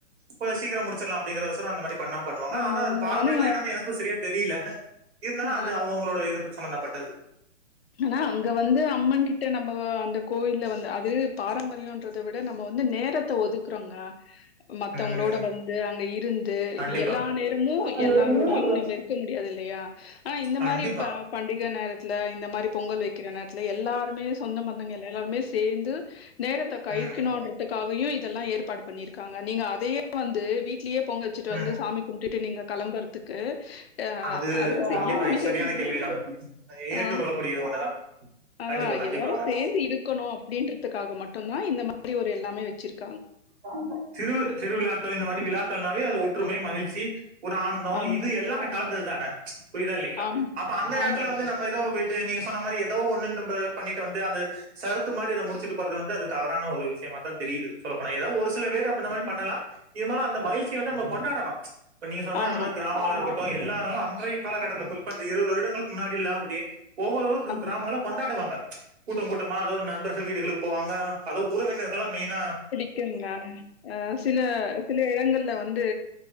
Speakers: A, on the right; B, on the left.
A: கொஞ்ச சீக்கிரம் முடிச்சற்லா அப்டிங்றகோசரோ அந்த மாத்ரி பண்ணா பண்ணுவாங்க
B: ஆமா,
A: ஆனா
B: ஆமா.
A: பாரம்பரியமா
B: ஆனா
A: என்னனு எனக்கு செரியா தெரியில இர்ந்தாலு
B: ஆ
A: அது அவுங்கவுகங்களோட இத பொர்த் சம்பந்தப்பட்டது
B: ஆனா அங்க வந்து அம்மன் கிட்ட நம்ம அந்த கோயில்ல வந்த அது பாரம்பரியோன்றத விட நம்ம வந்து நேரத்த ஒதுக்குறோங்க மத்தவங்ளோட
A: உம்
B: வந்து அங்க இருந்து
A: கண்டிப்பா
B: இப் எல்லா நேரமு
A: எல்லா
B: மு
A: நேரமும்
B: எல்லாரோடியு
A: எல்லா
B: நம்ப இருக்க முடியாது இல்லையா ஆனா இந்த
A: கண்டிப்பா
B: மாரி இப்ப பண்டிக நேரத்ல இந்த மாரி பொங்கல் வெக்கிற நேர்த்ல எல்லா ருமே சொந்த பந்தங்க எல்லாரோட்மே சேந்து நேரத்த
A: ம்
B: கழிக்கணுன்றதுக்காகயு இதெல்லா ஏறுபாடு பண்ணியிருக்காங்க நீங்க அதையே வந்து வீட்லியே பொங்க வெச்சிட்டு வந்து
A: ம்
B: சாமி கும்டுட்டு நீங்க களம்பறதுக்கு ஆ
A: அது
B: அதுக்கு செய்யாம
A: கண்டிப்பா இது
B: <inaudible>
A: சரியான கேள்விதா ஏற்றுக்கொள்ளக்கூடியது
B: ஆ
A: ஒண்ணுதா
B: அதுதா
A: கண்டிப்பா கண்டிப்பாங்க
B: எல்லாரு சேந்து இருக்கனோ அப்டின்றித்துக்காக மட்டுந்தா இந்த மாரி ஒரு எல்லாமே வெச்சிருக்
A: காங்க சிறு திருவிழாக்கள் இந்த மாரி விழாக்கள்னாவே அது ஒற்றுமை மகிழ்ச்சி ஒரு ஆனந்தோ
B: ஆமா,
A: இது எல்லாமே கலந்தத் தான புரிதா இல்லிங்ளா
B: ஆமா.
A: அப்ப அந்த நேர்த்துல
B: ஆமாங்க.
A: வந்து நம்ப எதோ வெ நீங்க சொ சொன்ன மாரி எதோ ஒண்ணுட்டம்ப பண்ணிட்டு வந்து அந்த சரத்து மாரி அத முடிச்சிட்டு போறது வந்து அது தவறான ஒரு விஸியமா தா தெரி யுது சொல்ல போனா எதாவ் ஒரு சில பேரு அப்பின்ன மாரி பண்ணலா இர்ந்தாலு அந்த மகிழ்ச்சிய வந்து நம்ப கொண்டாடனு இப்ப நீங்க சொன்ன மாரி
B: ஆமா,
A: அந்த மாத் கிராமங்களா இருக்கட்டு எல்லா நாளு அன்றைய் காலகட்டத்துல குறிப்பா இந்த இருவது வருடங்களுக் முன்னாடில்லா அப்படி ஒவ்வொரு ஊரு க்
B: ஆமா.
A: கிராமங்கள கொண்டாடுவாங்க கூட்டோ கூட்டமா அதோட் நண்பர்கள் வீடுகளுக் போவாங்க அது உறவினர்கெல்லா மெய்னா
B: இருக்குங்க சில சில இடங்கள்ல வந்து